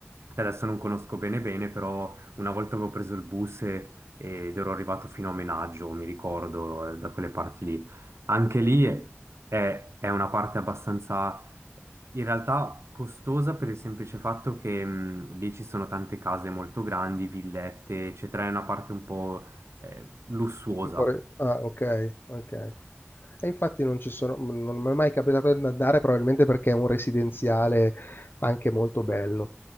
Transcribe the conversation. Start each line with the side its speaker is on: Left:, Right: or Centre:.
Right: Adesso non conosco bene bene, però una volta avevo preso il bus e- ed ero arrivato fino a Menaggio, mi ricordo, eh, da quelle parti lì. Anche lì è, è- è una parte abbastanza, in realtà costosa per il semplice fatto che mh, lì ci sono tante case molto grandi, villette, eccetera, è una parte un po' eh, lussuosa.
Left: Un po' re- ah, ok, ok. E infatti non ci sono, mhmm, non mi è mai capitato di andare, probabilmente perché è un residenziale anche molto bello.